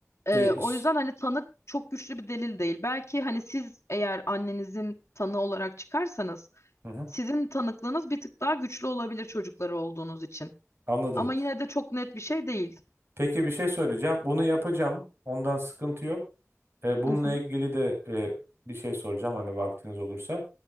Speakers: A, on the left; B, on the right.
A: Ee,
B: e, iş-
A: o yüzden hani tanık çok güçlü bir delil değil. Belki hani siz eğer annenizin tanığı olarak çıkarsanız
B: hı hı,
A: sizin tanıklığınız bir tık daha güçlü olabilir çocukları olduğunuz için.
B: anladım.
A: Ama yine de çok net bir şey değil.
B: Peki bir şey söyleyeceğim. Bunu yapacağım. Ondan sıkıntı yok. E, bununla
A: Hı hı.
B: ilgili de e, bir şey soracağım hani vaktiniz olursa.